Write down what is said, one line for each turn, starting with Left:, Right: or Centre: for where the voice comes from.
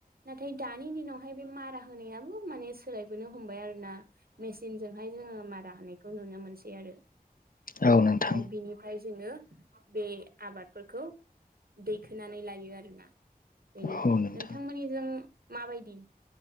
Right: नाथाय दानि दिनावहाय बे मारा होनायाबो माने सोलायबोनो हमबाय आरोना मे सिन जोंहाय जोङो मारा होनायखौ नुनो मोनसै आरो
Left: औ नोंथां
Right: ओमफ्राय बिनिफ्राय जोङो बे आबादफोरखौ दैखोनानै लायो आरोना बेनो
Left: औ नोंथां
Right: नोंथांमोननिजों माबायदि?